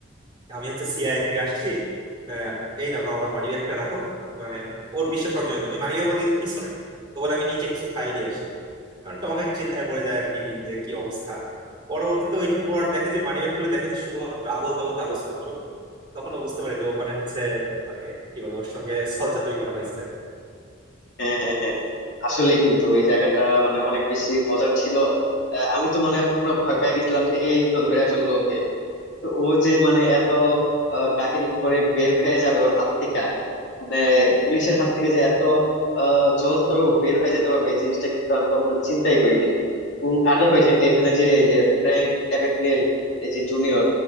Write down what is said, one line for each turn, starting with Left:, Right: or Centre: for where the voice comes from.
Right: আমি হচ্ছে সিআইএ থেকে আসছি আহ, এই না বাবা আমার মানিব্যাগটা রাখো মানে ওর বিশ্বাস অর্জনের জন্য ওই মানিব্যাগের মধ্যে কিন্তু কিছু নাই তো বলে আমি নিচে কিছু ফাইল দিয়ে আসি কারণ টম হ্যাঙ্ক চিন্তায় পড়ে যায় আর কি যে কি অবস্থা পরবর্তীতে ও একটু পর দেখে যে মানিব্যাগ খুলে দেখে যে শুধুমাত্র আবোল তাবোল কাগজপত্র তখন ও বুঝতে পারে যে ও মানে হচ্ছে মানে কি বলে ওর সঙ্গে ছলচাতুরি করা হয়েছে
Left: হ্যাঁ হ্যাঁ হ্যাঁ আসলে কিন্তু ওই জায়গাটা মানে অনেক বেশি মজার ছিল আহ, আমি তো মানে পুরো ভয় পেয়ে গেছিলাম যে এই তো ধরে ফেললো ওকে তো ও যে মানে এত আহ, কাহিনী করে বের হয়ে যাবে ওর হাত থেকে মানে পুলিশের হাত থেকে যে এত সহজ ভাবে বের হয়ে যেতে পারবে এই জিনিসটা কিন্তু আমি কখনো চিন্তাই করিনি উম, আর দেখো এই যে এখানে যে এই যে ফ্র্যাঙ্ক অ্যাবাগনেল এই যে জুনিয়র